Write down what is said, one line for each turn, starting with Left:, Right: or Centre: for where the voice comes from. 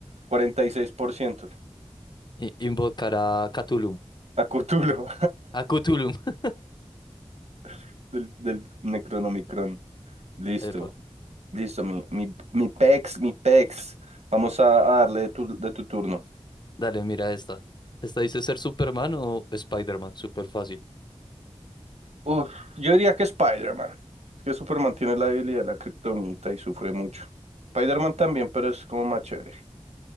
Right: 46%.
Left: I- invocar a Cthulhu.
Right: A Cthulhu,
Left: A Cthulhu. <laughs>
Right: <laughs> del, del Necronomicron. Listo.
Left: Epa,
Right: Listo, mi, mi, mi pex, mi pex. Vamos a a darle de tu, de tu turno.
Left: dale, mira esta. Esta dice ser Superman o Spider-Man, súper fácil.
Right: Uf, yo diría que Spider-Man. Es Que Superman tiene la debilidad de la kriptonita y sufre mucho. Spider-Man también, pero es como más chévere.